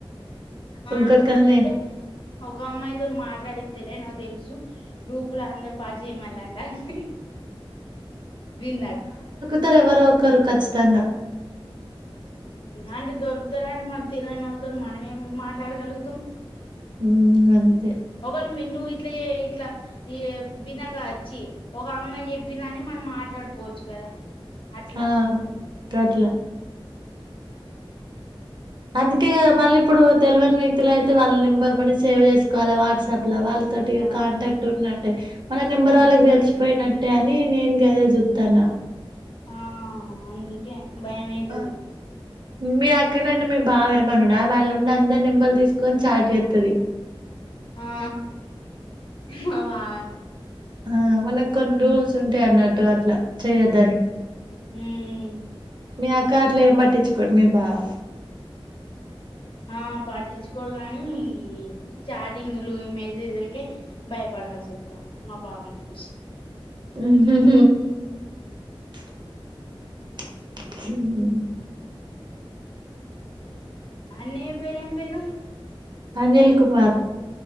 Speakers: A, on the right; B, on the left.
A: ఇంకొక్కన్నాయే
B: అక్కతోటి చెప్తే ఒక అమ్మాయితో మాట్లాడిత్తేలె నాకు తెలుసు. గ్రూపులు అందరు పాటు చేయమళ్ళట అ విందకా
A: త్తారు ఎవరో ఒకరు ఖచ్చితంగా
B: అంటే దొరుకుతారా అంటే మన తెలని వాళ్ళతో మనమేం మాట్లాడగలుగుతాం.
A: హ్మ్. అంతే.
B: ఎవ్వరు ఇందు ఇట్ల చేయా ఇట్లా ఈ బినక వచ్చి ఒక అమ్మాయి చెప్పిందని మనం మాట్లాడుకోవచ్చు కదా అట్లా
A: ఆ! గట్ల. అందుకే కదా మళ్ళ ఇప్పుడు తెలివైన వ్యక్తులు అయితే వాళ్ళ నెంబర్ మని సేవ్ చేసుకోవాలి వాట్సాప్ వాళ్ళతోటి
B: ఆ
A: కాంటాక్ట్ ఉన్న అంటే మన నెంబర్
B: ఉమ్
A: వాళ్ళకి తెలిసిపోయినట్ అంటే అని నేను గద చుతన్న
B: ఆ అందికే భయంమేతది
A: ఆ మీ అక్క నుండి మీ బావ ఏమన్నాడా వాళ్ళ ఉండి అందరు నేంబర్లు తీసుకొని చాట్ చేస్త తది
B: ఆ మవా
A: ఊ వాళ్ళకి కొన్నీ రూల్స్ ఉంటాయ అన్నట్టు అట్లా చేయొద్దని
B: ఊ
A: మీ ఆ కార్లో ఏం పట్టించుకోండి మీ బావ
B: ఆ పాటించుకోరు గానీ చాటింగ్లు ఇ మేసేజలక్కే భయపడత రా చూద్దాం మా బావ విష
A: <unintelligible> ము
B: అన్నయ్య పేరేం పేరు
A: అనిల్ కుమార్